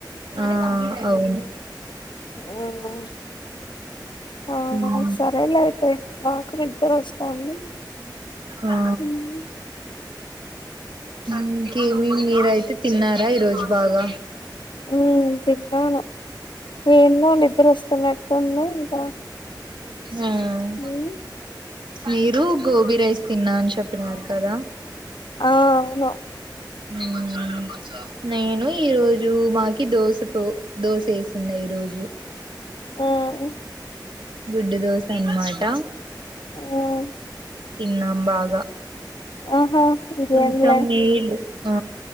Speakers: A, on the right (about 85°); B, on the left (about 85°).
A: ఆహ్ అవును.
B: మ్మ్ ఆ
A: ఉమ్.
B: సరేలే అయితే నాకు నిద్దర వస్తాందీ
A: ఆ
B: ఉమ్.
A: ఇంకేమి మీరైతే తిన్నారా ఈరోజు బాగా.
B: ఉమ్ తిన్నాను ఏందో నిద్ర వస్తున్నట్టుంది ఇంకా.
A: ఉమ్
B: మ్మ్
A: మీరు గోబీ రైస్ తిన్నా అని చెప్పినారు కదా.
B: ఆహ్ అవును.
A: ఉమ్ నేను ఈ రోజు మాకి దోశ తో దోశ వేసింది. ఈరోజు
B: మ్మ్
A: గుడ్డు దోస అనమాట.
B: మ్మ్
A: తిన్నాం బాగా
B: ఆహా ఇంకేంలే
A: కొంచెం నీళ్ళు ఆ